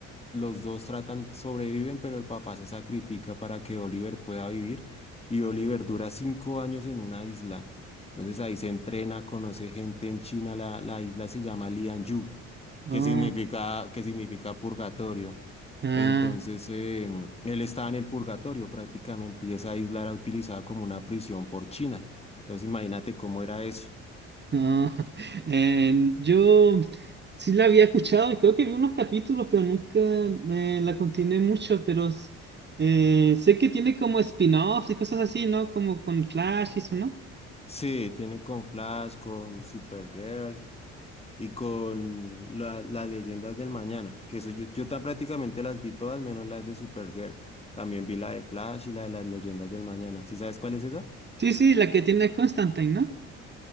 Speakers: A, on the left (about 15°); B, on the right (about 30°).
A: Los dos tratan, sobreviven, pero el papá se sacrifica para que Oliver pueda vivir y Oliver dura cinco años en una isla. Entonces ahí se entrena, conoce gente en China, la, la isla se llama Lianyu,
B: oh,
A: que significa, que significa purgatorio.
B: ah.
A: Entonces em, él estaba en el purgatorio prácticamente y esa isla era utilizada como una prisión por China. Entonces imagínate cómo era eso.
B: No, <laughs> eh, yo sí la había escuchado y creo que vi unos capítulos, pero nunca me la continué mucho, pero s- eh, sé que tiene como spin-offs y cosas así, ¿no? Como con Flash y eso, ¿no?
A: Sí, tiene con Flash, con Supergirl. y con la- las leyendas del mañana, que eso yo, yo ta- prácticamente las vi todas, menos las de Supergirl. También vi la de Flash y la de las leyendas del mañana. ¿Sí sabes cuál es esa?
B: Sí, sí, la que tiene Constantine, ¿no?